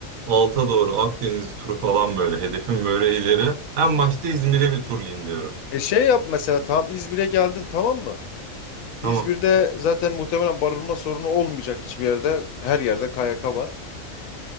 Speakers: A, on the right; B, on the left.
A: Alta doğru Akdeniz turu falan böyle. Hedefim böyle ileri. En başta İzmir'e bir turlayayım diyorum.
B: E şey yap mesela tamam İzmir'e geldin tamam mı?
A: Tamam.
B: İzmir'de zaten muhtemelen barınma sorunu olmayacak hiçbir yerde. Her yerde KYK var.